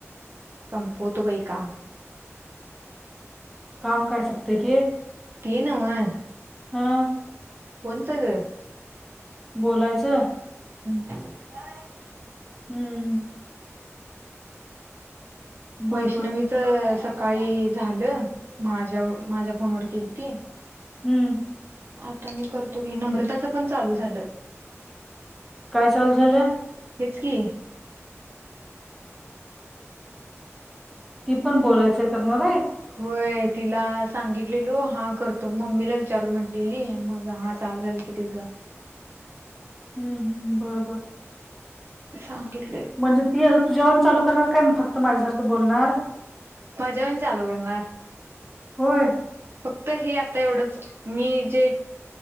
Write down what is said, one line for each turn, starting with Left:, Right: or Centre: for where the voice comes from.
Right: संपवतो बाई काम.
Centre: काम काय संपतय के.
Right: ते नव्ह.
Centre: ह.
Right: फोनच ग.
Centre: बोलायचं.
Right: काय.
Centre: हम. बर
Right: वैष्णवीच
Centre: बर
Right: सकाळी झालं. माझ्या माझ्या फोनवर केलती.
Centre: हम्म
Right: आता मी करतो की नम्रताच पण चालू झालं.
Centre: काय चालू झालं?
Right: हेच की.
Centre: ती पण बोलायचं हे करणार आहे.
Right: होय. तिला सांगितलेलो हा करतो. मम्मीला विचारतो म्हटलेली मग हा चालू झाल की. तिज.
Centre: हम हम बरोबर.
Right: सांगितली.
Centre: म्हणजे ती असं तुझ्यावानी चालू करणार काय फक्त माझ्यासारखं बोलणार.
Right: माझ्यावानी चालू करणार.
Centre: होय
Right: फक्त हे आता तेवढंच. मी जे